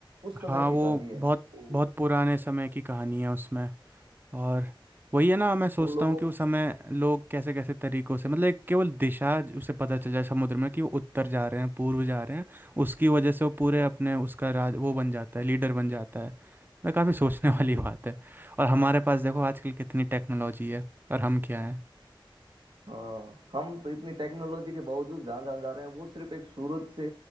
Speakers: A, on the right (about 70°); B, on the right (about 25°).
A: उस समय
B: हाँ
A: की
B: वो
A: कहानी है
B: बहुत
A: तो
B: बहुत पुराने समय की कहानी है उसमें और वही है ना मैं सोचता
A: उन लोगों
B: हूँ कि
A: को
B: उस समय लोग कैसे कैसे तरीकों से मतलब एक केवल दिशा उसे पता चल जाए समुद्र में कि वो उत्तर जा रहे हैं पूर्व जा रहे हैं उसकी वजह से वो पूरे अपने उसका राज वो बन जाता है लीडर बन जाता है मतलब काफ़ी सोचने
A: बिल्कुल
B: <laughs> वाली बात है और हमारे पास देखो आजकल कितनी टेक्नोलॉजी है और हम क्या हैं
A: हाँ हम तो इतनी टेक्नोलॉजी के बावजूद जहाँ जहाँ जा रहे हैं वो सिर्फ एक सूरज से